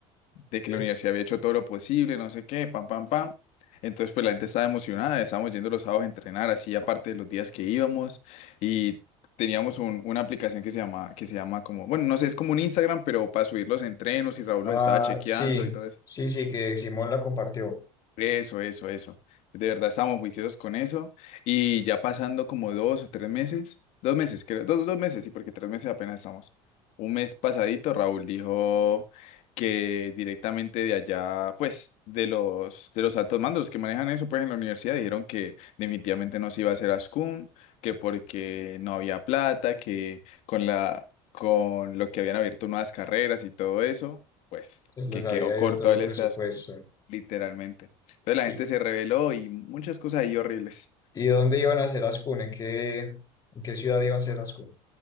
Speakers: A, on the left; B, on the left.
A: de que
B: ¿sí?
A: la universidad había hecho todo lo posible, no sé qué, pam, pam, pam. Entonces, pues la gente estaba emocionada, estábamos yendo los sábados a entrenar, así aparte de los días que íbamos y teníamos un- una aplicación que se llama, que se llama como, bueno, no sé, es como un Instagram, pero para subir los entrenos y Raúl
B: Ah,
A: los estaba chequeando
B: sí,
A: y todo
B: sí, sí, que Simón la compartió.
A: eso, eso, eso. De verdad estamos juiciosos con eso. Y ya pasando como dos o tres meses, dos meses, creo, dos, dos meses, sí, porque tres meses apenas estamos. Un mes pasadito, Raúl dijo que directamente de allá, pues, de los, de los altos mandos, los que manejan eso, pues, en la universidad, dijeron que definitivamente no se iba a hacer ASCUM, que porque no había plata, que con la, con lo que habían abierto nuevas carreras y todo eso, pues,
B: Se les
A: que
B: había
A: quedó corto
B: ido todo el
A: el
B: presupuesto.
A: SASCUM, literalmente. Entonces la
B: ¿Y,
A: gente se rebeló y muchas cosas ahí horribles.
B: y dónde iban a hacer las CUN? ¿En qué, en qué ciudad iba a hacer las CUN?